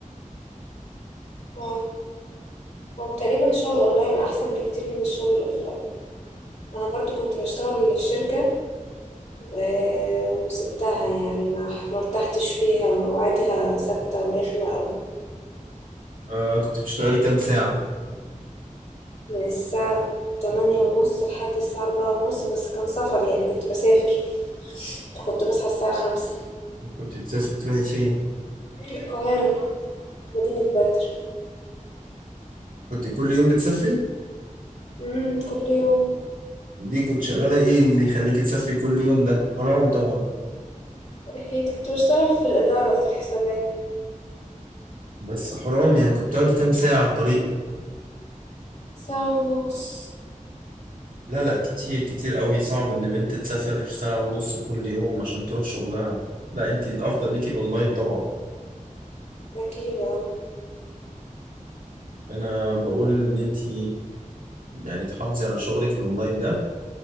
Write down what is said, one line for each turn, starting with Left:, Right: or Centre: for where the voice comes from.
Left: آه، هو تقريبًا الشغل الأونلاين أحسن بكتير من الشغل الأوفلاين. أنا برضه كنت باشتغل في شركة آآ وسبتها يعني ما ح ما ارتحتش فيها، مواعيدها ثابتة ورخمة أوي،
Right: آه كنت بتشتغلي كام ساعة؟
Left: من الساعة 08:30 لحد الساعة 16:30 بس كان سفر يعني كنت باسافر، فكنت باصحى الساعة 5:00
Right: كنت بتسافري بتروحي فين؟
Left: القاهرة مدينة بدر.
Right: كنت كل يوم بتسافري؟
Left: إمم، كل يوم
Right: دي كنت شغالة ايه اللي يخليك تسافري كل يوم ده حرام طبعا
Left: أكيد. كنت باشتغل في الإدارة في الحسابات،
Right: بس حرام يعني كنت تاخدي كام ساعة على الطريق
Left: ساعة ونص
Right: لا لا كتير كتير قوي صعب ان بنت تسافر ساعة ونص كل يوم عشان تروح شغلها لا انت الافضل ليكي الاونلاين طبعا
Left: أكيد آه.
Right: انا بقول ان انت يعني تحافظي على شغلك الاونلاين ده